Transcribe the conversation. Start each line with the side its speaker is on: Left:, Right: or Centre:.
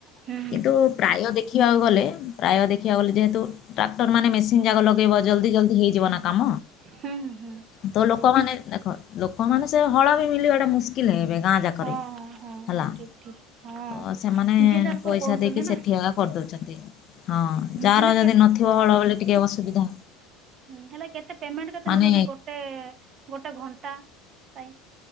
Right: ହୁଁ ହୁଁ ହୁଁ
Left: କିନ୍ତୁ ପ୍ରାୟ ଦେଖିବାକୁ ଗଲେ ପ୍ରାୟ ଦେଖିବାକୁ ଗଲେ ଯେହେତୁ ଟ୍ରାକ୍ଟର ମାନେ ମେସିନ ଯାକ ଲଗେଇ ଜଲଦି ଜଲଦି ହେଇଯିବ ନା କାମ
Right: ହୁଁ ହୁଁ ହୁଁ
Left: ତ ଲୋକମାନେ ଦେଖ ଲୋକମାନେ ସେ ହଳ ବି ମଳିବାଟା ମୁସ୍ କିଲ୍ ଏବେ ଗାଁ ଯାକରେ
Right: ହଁ ହଁ ହଁ
Left: ହେଲା
Right: ହଁ ଠିକ ଠିକ ହଁ
Left: ତ ସେମାନେ
Right: ଯିଏ ଯାହାର
Left: ପଇସା
Right: ସବୁ କରୁଛନ୍ତି
Left: ଦେଇକି
Right: ନା
Left: ସେଠିଆ କରିଦଉଛନ୍ତି ହଁ ଯାହାର
Right: ହେଲେ
Left: ଯଦି ନଥିବ ହଳ ହଳି ଟିକେ ଅସୁବିଧା।
Right: ହୁଁ ହେଲେ କେତେ ପେମେଣ୍ଟ କେତେ
Left: ମାନେ
Right: ନଉଛନ୍ତି ଗୋଟେ ଗୋଟେ ଘଣ୍ଟା? ପାଇଁ?